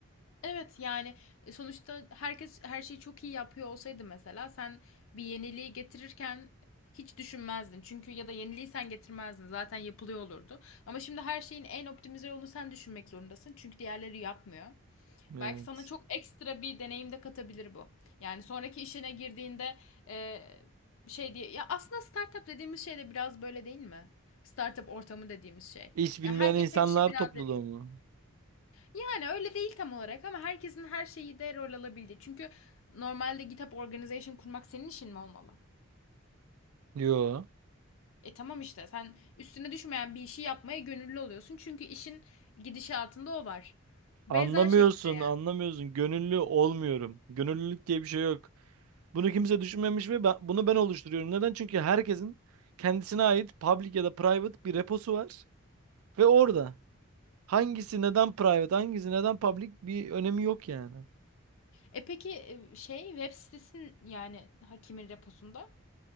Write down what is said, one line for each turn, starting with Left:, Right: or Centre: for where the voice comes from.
Left: Evet yani e, sonuçta herkes her şeyi çok iyi yapıyor olsaydı mesela sen bir yeniliği getirirken hiç düşünmezdin. Çünkü ya da yeniliği sen getirmezdin. Zaten yapılıyor olurdu. Ama şimdi her şeyin en optimize yolunu sen düşünmek zorundasın. Çünkü diğerleri yapmıyor.
Right: Evet.
Left: Belki sana çok ekstra bir deneyim de katabilir bu. Yani sonraki işine girdiğinde eee, şey diye ya aslında startup dediğimiz şey de biraz böyle değil mi? Startup ortamı dediğimiz şey.
Right: Hiç bilmeyen
Left: Yani herkes
Right: insanlar
Left: her işi biraz
Right: topluluğu
Left: yapıyor.
Right: mu?
Left: Yani öyle değil tam olarak ama herkesin her şeyi de rol alabildiği. Çünkü normalde GitHub organization kurmak senin işin mi olmalı?
Right: Yo.
Left: E tamam işte sen üstüne düşmeyen bir işi yapmaya gönüllü oluyorsun. Çünkü işin gidişatında o var. Benzer
Right: Anlamıyorsun,
Left: şekilde
Right: anlamıyorsun. Gönüllü olmuyorum. Gönüllülük diye bir şey yok. Bunu kimse düşünmemiş ve ben, bunu ben oluşturuyorum. Neden? Çünkü herkesin kendisine ait public ya da private bir reposu var. Ve orada hangisi neden private, hangisi neden public bir önemi yok yani.
Left: E peki e, şey web sitesinin yani hakimin reposunda?